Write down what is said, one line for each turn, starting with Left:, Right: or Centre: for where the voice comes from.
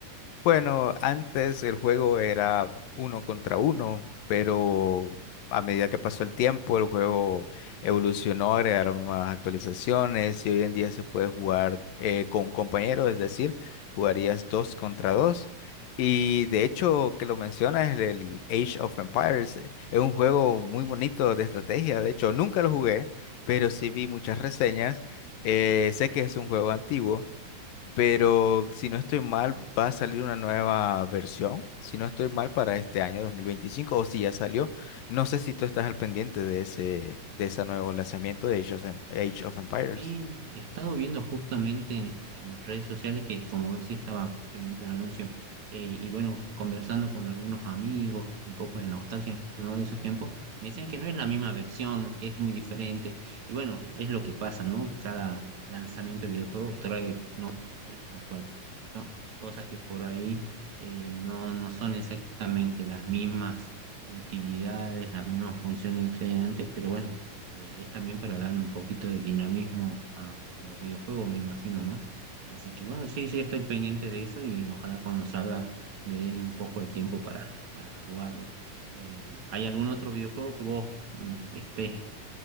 Left: Bueno, antes el juego era uno contra uno, pero a medida que pasó el tiempo, el juego evolucionó, agregaron nuevas actualizaciones y hoy en día se puede jugar eh, con un compañero, es decir, jugarías dos contra dos. Y de hecho, que lo mencionas, el Age of Empires eh, es un juego muy bonito de estrategia. De hecho, nunca lo jugué, pero sí vi muchas reseñas. Eh, sé que es un juego antiguo pero si no estoy mal, va a salir una nueva versión, si no estoy mal, para este año 2025, o si ya salió. No sé si tú estás al pendiente de ese, de ese nuevo lanzamiento de Age of, Em- Age of Empires.
Right: Y he estado viendo justamente en, en redes sociales que, como decía, estaba pendiente un anuncio. eh, y bueno, conversando con algunos amigos, un poco de nostalgia, ¿no? De esos tiempos, me decían que no es la misma versión, que es muy diferente. Y bueno, es lo que pasa, ¿no? Cada lanzamiento de videojuego trae novedades actuales. cosas que por ahí eh, no, no son exactamente las mismas utilidades, las mismas funciones que traían antes, pero bueno, eh, es también para darle un poquito de dinamismo a los videojuegos, me imagino, ¿no? Así que bueno, sí, sí, estoy pendiente de eso y ojalá cuando salga me dé un poco de tiempo para, para jugarlo. Eh, ¿hay algún otro videojuego que vos mm, estés